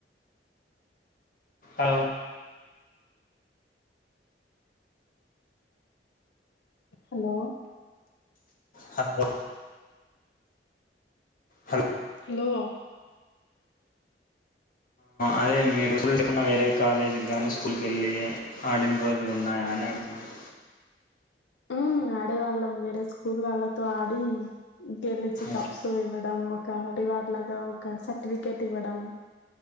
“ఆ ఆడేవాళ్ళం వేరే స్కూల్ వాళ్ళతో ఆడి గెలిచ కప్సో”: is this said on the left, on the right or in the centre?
Left